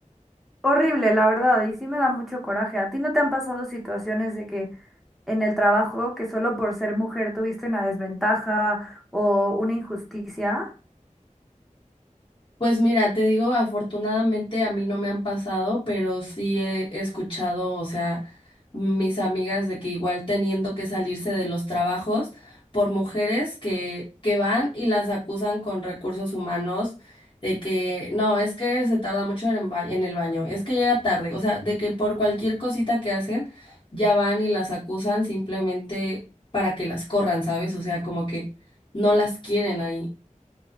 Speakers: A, in the centre; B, on the left.
A: Horrible, la verdad, y sí me da mucho coraje. ¿A ti no te han pasado situaciones de que en el trabajo, que solo por ser mujer tuviste una desventaja o una injusticia?
B: Pues mira, te digo, afortunadamente a mí no me han pasado, pero sí he escuchado, o sea, mis amigas de que igual teniendo que salirse de los trabajos por mujeres que, que van y las acusan con recursos humanos de que no, es que se tarda mucho en, el ba- en el baño, es que llega tarde, o sea, de que por cualquier cosita que hacen ya van y las acusan simplemente para que las corran, ¿sabes? O sea, como que no las quieren ahí.